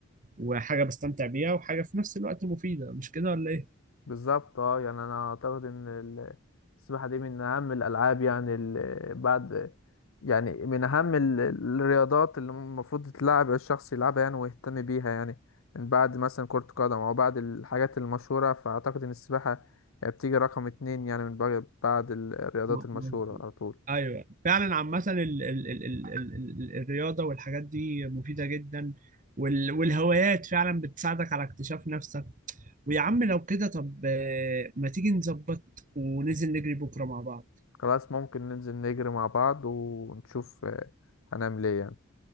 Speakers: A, on the right; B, on the left.
A: وحاجة بستمتع بيها وحاجة في نفس الوقت مفيدة مش كده ولا إيه؟
B: بالظبط اه يعني انا اعتقد ان ال- السباحه دي من اهم الالعاب يعني ال- بعد يعني من اهم ال- الرياضات اللي المفروض تتلعب الشخص يلعبها يعني ويهتم بيها يعني من بعد مثلا كره قدم او بعد الحاجات المشهوره فاعتقد ان السباحه بتيجي رقم اتنين يعني من بعد بعد الرياضات
A: م-
B: المشهوره
A: مظبوط
B: على طول
A: أيوه فعلا عامة ال ال ال ال ال ال الرياضة والحاجات دي مفيدة جدا وال والهوايات فعلا بتساعدك على اكتشاف نفسك ويا عم لو كده طب آه، ما تيجي نظبط وننزل نجري بكرة مع بعض
B: خلاص ممكن ننزل نجري مع بعض ونشوف آه، هنعمل ايه يعني